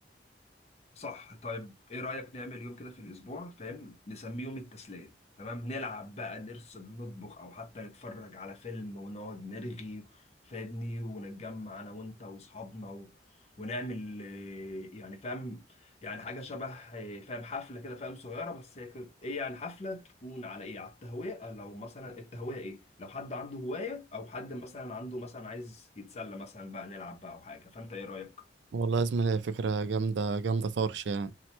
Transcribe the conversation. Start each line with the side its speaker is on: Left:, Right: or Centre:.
Left: صح طيب ايه رأيك نعمل يوم كده في الاسبوع فاهم نسميه يوم التسلية تمام نلعب بقى نرسم نطبخ او حتى نتفرج على فيلم ونقعد نرغي فاهمني ونتجمع انا وانت واصحابنا و... ونعمل آه، يعني فاهم يعني حاجة شبه آه، فاهم حفلة كده فاهم صغيرة بس هي كده- ايه يعني حفلة تكون على ايه على التهوية لو مثلا التهوية ايه لو حد عنده هواية او حد مثلا عنده مثلا عايز يتسلى مثلا بقى نلعب بقى او حاجة فانت ايه رأيك
Right: والله يا زميلي هي فكرة جامدة جامدة طرش يعني